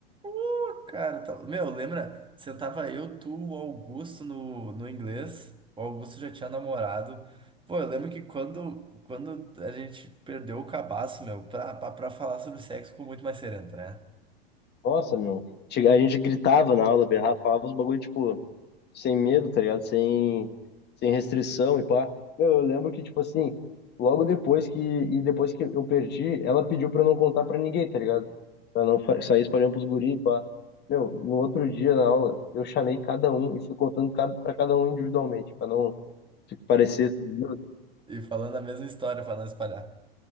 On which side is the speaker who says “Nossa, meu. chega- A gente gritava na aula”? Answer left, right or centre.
Left